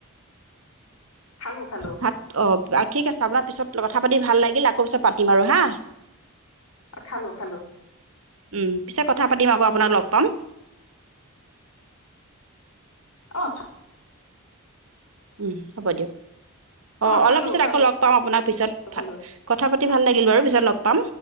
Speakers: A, on the left; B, on the right.
A: খালোঁ, খালোঁ।
B: ভাত অ' ঠিক আছে আপোনাৰ পিছত কথা পাতি ভাল লাগিল আকৌ পিছত পাতিম আৰু হা।
A: অ', খালোঁ, খালোঁ।
B: উম, পিছে কথা পাতিম আকৌ আপোনাক লগ পাম।
A: অ', খা
B: উম, হ'ব দিয়ক, অ',
A: অঁ খালোঁ
B: অলপ পিছত
A: খালোঁ
B: আকৌ লগ পাম আপোনাক পিছত
A: খালোঁ
B: কথা পাতি ভাল লাগিল বাৰু পিছত লগ প পাম।